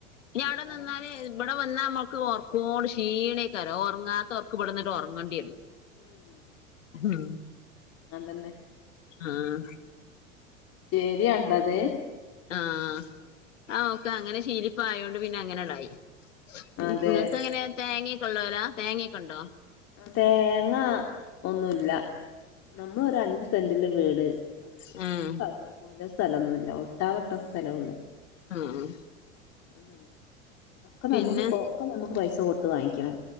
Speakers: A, on the left; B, on the left.
A: ഇനി അവിടെ
B: അതാണ്
A: നിന്നാല് ഇവിടെ വന്നാ നമ്മുക്ക് ഒർക്കോട് ക്ഷീണെക്കാരം ഒറങ്ങാത്ത ഒർക്ക് ഇവിടുന്നിട്ട് ഒറങ്ങണ്ടി വരും
B: ഉം
A: ഉം
B: അതന്നെ
A: ആഹ്
B: ശരിയാണ്ടത്
A: ആഹ് ആഹ് ഓക്കെ അങ്ങനെ ശീലിപ്പായൊണ്ട് പിന്നെ അങ്ങനെ അങ്ങടായി ഇങ്
B: അതെ
A: ഇങ്ങക്ക് എങ്ങനെ തേങ്ങയൊക്കെ ഉള്ളോലാ തേങ്ങയൊക്കെ ഉണ്ടോ
B: ആഹ് തേങ്ങ ഒന്നുല്ല നമ്മളൊര് അഞ്ച് സെന്റില് വീട് നിന്നു.
A: ഉം
B: കൂടുതൽ സ്ഥലംന്നുല്ല ഒട്ടാ വട്ടം സ്ഥലെ ഒള്ളൂ
A: ആഹ്
B: ഒന്നില്ല ക്കെ
A: പിന്നെ
B: നമ്മുക്ക് ഒക്കെ നമ്മുക്ക് പൈസ കൊടുത്ത് വാങ്ങിക്കണം